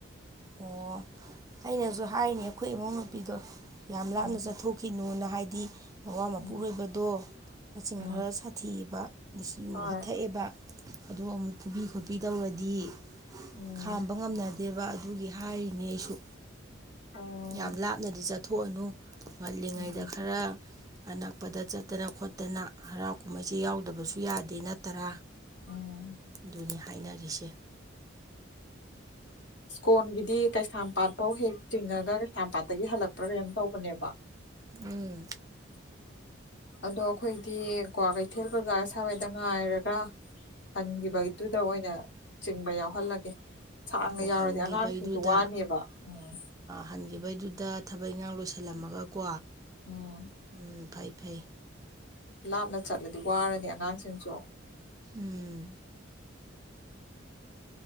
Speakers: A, on the right; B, on the left.
A: ꯑꯣ ꯑꯩꯅꯁꯨ ꯍꯥꯏꯔꯤꯅꯦ ꯑꯩꯈꯣꯏ ꯏꯃꯧ ꯅꯨꯨꯄꯤꯗꯣ ꯌꯥꯝ ꯂꯥꯞꯅ
B: ꯎꯝ
A: ꯆꯠꯊꯣꯛꯈꯤꯅꯣꯅ ꯍꯥꯏꯗꯤ ꯃꯋꯥ ꯃꯄꯨꯔꯣꯏꯕꯗꯣ
B: ꯎꯝ
A: ꯃꯆꯤꯟ
B: ꯎꯝ
A: ꯈꯔ ꯁꯥꯊꯤꯑꯕ ꯁꯨꯨ
B: ꯍꯣꯏ
A: ꯍꯊꯛꯑꯦꯕ ꯑꯗꯣ ꯑꯃꯨꯛ ꯐꯨꯕꯤ ꯈꯣꯠꯄꯤ ꯇꯧꯔꯗꯤ
B: ꯎꯝ
A: ꯈꯥꯝꯕ ꯉꯝꯅ ꯗꯦꯕ ꯑꯗꯨꯒꯤ ꯍꯥꯏꯔꯤꯅꯦ ꯑꯩꯁꯨ
B: ꯑꯣ
A: ꯌꯥꯝ ꯂꯥꯞꯅꯗꯤ ꯆꯠꯊꯣꯛꯑꯅꯨ ꯉꯜꯂꯤꯉꯩꯗ
B: ꯎꯝ
A: ꯈꯔ ꯑꯅꯛꯄꯗ ꯆꯠꯇꯅ ꯈꯣꯠꯇꯅ ꯍꯔꯥꯎ ꯀꯨꯝꯍꯩꯁꯦ ꯌꯥꯎꯗꯕꯁꯨ ꯌꯥꯗꯦ ꯅꯠꯇ ꯇꯔꯥ
B: ꯎꯝ
A: ꯑꯗꯨꯅꯤ ꯍꯥꯏꯅꯔꯤꯁꯦ
B: ꯁ꯭ꯀꯣꯟꯒꯤꯗꯤ ꯀꯩꯁꯥꯝꯄꯥꯠꯇ ꯐꯧ ꯍꯦꯛ ꯆꯤꯡꯉꯒ ꯀꯩꯁꯥꯝꯄꯥꯠꯇꯒꯤ ꯍꯜꯂꯛꯄ꯭ꯔꯥ ꯀꯔꯤꯝ ꯇꯧꯕꯅꯦꯕ
A: ꯎꯝ
B: ꯑꯗꯣ ꯑꯩꯈꯣꯏꯗꯤ ꯀꯋꯥ ꯀꯩꯊꯦꯜ ꯕꯖꯥꯔ ꯁꯋꯥꯏꯗ ꯉꯥꯏꯔꯒ ꯍꯟꯈꯤꯕꯒꯤꯗꯨꯗ ꯑꯣꯏꯅ ꯆꯤꯡꯕ ꯌꯥꯎꯍꯜꯂꯒꯦ ꯁꯥꯡꯅ
A: ꯑꯣ
B: ꯌꯥꯎꯔꯗꯤ
A: ꯍꯟꯈꯤꯕꯩꯗꯨꯗ
B: ꯑꯉꯥꯡꯁꯤꯡꯁꯨ ꯋꯥꯅꯦꯕ ꯎꯝ
A: ꯍꯟꯈꯤꯕꯩꯗꯨꯗ ꯊꯕꯛ ꯏꯪꯈꯥꯡ ꯂꯣꯏꯁꯤꯜꯂꯝꯃꯒꯀꯣ
B: ꯑꯣꯝ
A: ꯎꯝ ꯐꯩ ꯐꯩ
B: ꯂꯥꯞꯅ ꯆꯠꯂꯗꯤ ꯋꯥꯔꯅꯤ ꯑꯉꯥꯡꯁꯤꯡꯁꯨ
A: ꯎꯝ